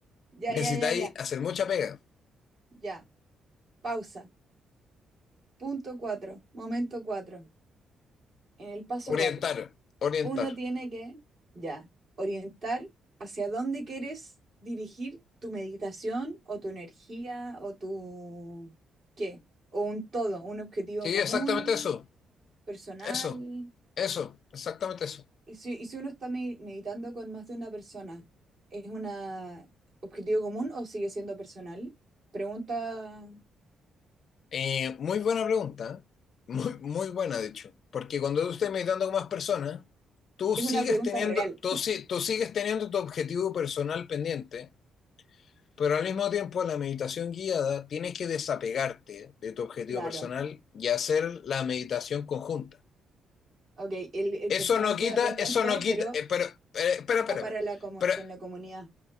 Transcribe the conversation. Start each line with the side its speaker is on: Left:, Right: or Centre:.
Right: ya,
Left: Necesitáis
Right: ya, ya, ya,
Left: hacer mucha pega.
Right: ya. Pausa, punto cuatro, momento cuatro, en el paso
Left: Orientar,
Right: cuatro.
Left: orientar.
Right: Uno tiene que, ya, orientar hacia dónde quieres dirigir tu meditación o tu energía o tu, ¿qué? O un todo, un objetivo
Left: Sí,
Right: común,
Left: exactamente eso.
Right: personal.
Left: Eso, eso, exactamente eso.
Right: Y si, y si uno está me- meditando con más de una persona, ¿es un objetivo común o sigue siendo personal? Pregunta,
Left: Eh, muy buena pregunta. ¿eh? Muy, muy buena, de hecho. Porque cuando tú estés meditando con más personas, tú
Right: es
Left: sigues
Right: una pregunta
Left: teniendo,
Right: real,
Left: tú, si- tú sigues teniendo tu objetivo personal pendiente, pero al mismo tiempo en la meditación guiada tienes que desapegarte de tu objetivo
Right: <laughs> claro.
Left: personal y hacer la meditación conjunta.
Right: Ok, el, el
Left: Eso
Right: personal
Left: no quita,
Right: queda pendiente,
Left: eso no quita,
Right: pero
Left: eh, pero, eh, espera, espera,
Right: va para
Left: espera.
Right: la comu-
Left: Pero
Right: con la comunidad.